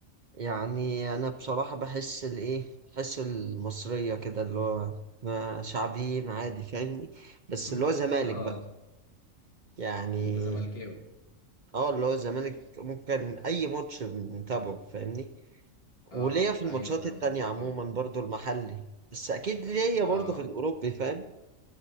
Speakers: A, on the right (about 50°); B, on the left (about 45°).
A: يعني أنا بصراحة بحس الإيه بحس المصرية كده اللي هو ما- شعبيين عادي فاهمني بس
B: <laughs>
A: اللي هو زمالك
B: اه
A: بقى يعني
B: انت زملكاوي
A: اه اللي هو الزمالك ممكن أي ماتش نتابعه فاهمني وليا
B: اه
A: في الماتشات
B: ايوه فاهم
A: التانية
B: قصدك
A: عموما
B: اه
A: برضو المحلي بس أكيد ليا برضو
B: اه
A: في الأوروبي فاهم